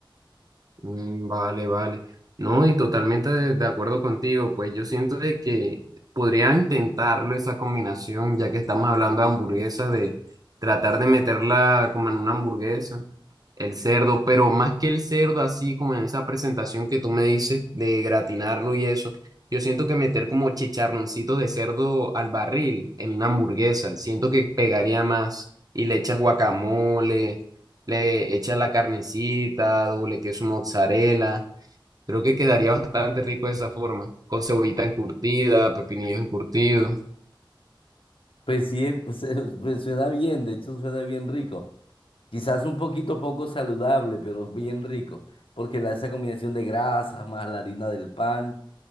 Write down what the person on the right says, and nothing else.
Mm, Vale, vale. No, y totalmente de, de acuerdo contigo, pues yo siento de que podría intentarlo esa combinación, ya que estamos hablando de hamburguesas, de tratar de meterla como en una hamburguesa. El cerdo, pero más que el cerdo, así como en esa presentación que tú me dices de gratinarlo y eso, yo siento que meter como chicharroncitos de cerdo al barril en una hamburguesa, siento que pegaría más y le echas guacamole, le echas la carnecita, doble queso mozzarella, creo que quedaría bastante rico de esa forma, con cebollita encurtida, pepinillos encurtidos.